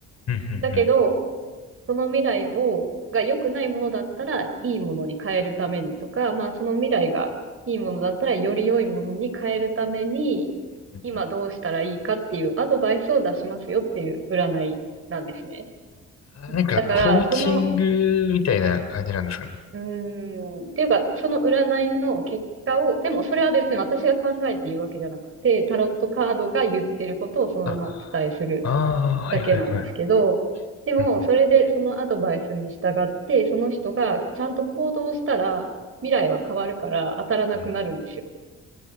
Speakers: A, on the left; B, on the right.
A: うんうんうん。
B: だけど、その未来を、が良くないものだったらいいものに変えるためにとか、まあその未来がいいものだったらより良いものに変えるために、
A: うんうん
B: 今どうしたらいいかっていうアドバイスを出しますよっていう占いなんですね。
A: あー、なんかコーチングみたいな感じなんですかね。
B: だから、そのうーん。っていうか、その占いの結果を、でもそれは別に私が考えて言うわけじゃなくて、タロットカードが言ってることをそのままお伝えする
A: あああー、
B: だけなんですけど、
A: はいはいはい。
B: でも、
A: うんう
B: それでそのアドバイスに従って、その人がちゃんと行動したら、未来は変わるから当たらなくなるんですよ。
A: んうん